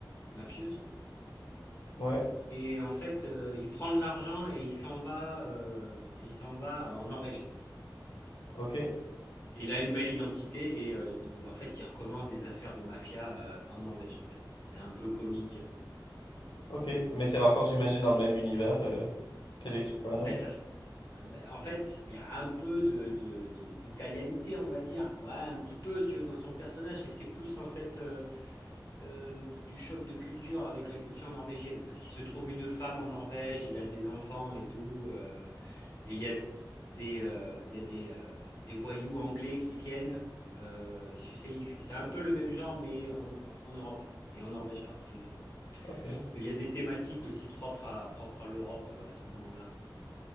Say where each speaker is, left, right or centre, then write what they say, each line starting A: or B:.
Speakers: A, on the left; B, on the left.
A: mafieuse.
B: Ouais.
A: Et en fait, euh, il prend de l'argent et il s'en va, euh, il s'en va en Norvège.
B: Ok.
A: Et il a une nouvelle identité et euh, il- en fait, il recommence des affaires de mafia euh, en Norvège, en fait. C'est un peu comique.
B: Ok. Mais c'est encore, j'imagine, dans le même univers euh, que les Sopranos.
A: Ben, ça, s- ben, en fait, il y a un peu de, de- de- d'italianité, on va dire. Ouais, un petit peu, si tu veux, dans son personnage, mais c'est plus en fait euh, euh, du choc de culture avec la culture norvégienne. Parce qu'il se trouve une femme en Norvège, il a des enfants et tout. euh, et il y a des, euh, il y a des, euh, des voyous anglais qui viennent. euh, tu sais, il- c'est un peu le même genre, mais en, en Europe, et en Norvège particulièrement.
B: Ok.
A: Il y a des thématiques aussi propres à, propres à l'Europe euh, à ce moment-là.